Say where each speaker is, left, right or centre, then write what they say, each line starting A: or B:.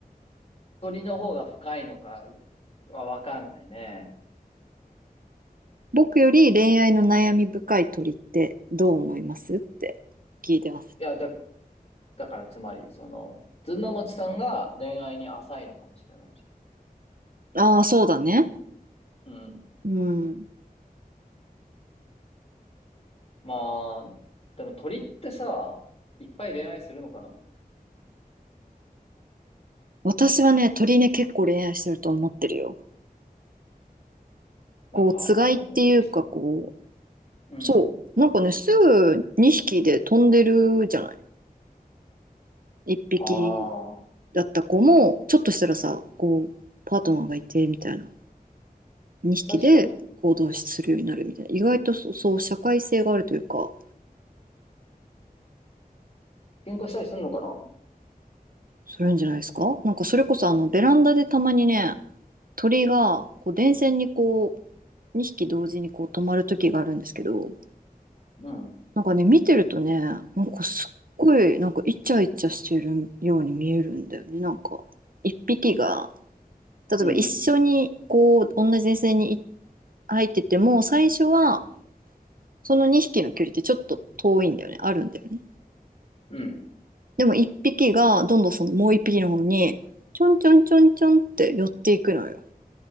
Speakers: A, on the left (about 40°); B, on the right (about 65°).
A: 鳥の方が深いのかはわかんないね。
B: 僕より恋愛の悩み深い鳥ってどう思いますって聞いてます。
A: いや、だ、だからつまり、その、ずんだもちさんが恋愛に浅いのかもしれないじ
B: ああ、そうだね。
A: ゃん。うん。
B: うん。
A: まあ、でも鳥ってさ、いっぱい恋愛するのかな
B: 私はね、鳥ね、結構恋愛してると思ってるよ。
A: なんか、
B: こう、つがいっていうか、
A: あんのエピソード。
B: こう、
A: うん。
B: そう。なんかね、すぐ2匹で飛んでるじゃない。1匹
A: ああ、
B: だった子も、ちょっとしたらさ、こう、パートナーがいてみたいな。2匹で行動するようになるみたいな意外とそうそう社会性があるというか
A: 確かに。喧嘩したりするのかな
B: するんじゃないですかなんかそれこそあのベランダでたまにね鳥がこう電線にこう2匹同時にこう止まる時があるんですけど
A: うん。
B: なんかね見てるとねなんかすっごいなんかイチャイチャしてるように見えるんだよねなんか1匹が例えば一緒にこう同じ電線に
A: うん。
B: 入ってても最初はその2匹の距離ってちょっと遠いんだよねあるんだよね。
A: うん。
B: でも一匹がどんどんそのもう一匹の方にちょんちょんちょんちょんって寄っていくのよ。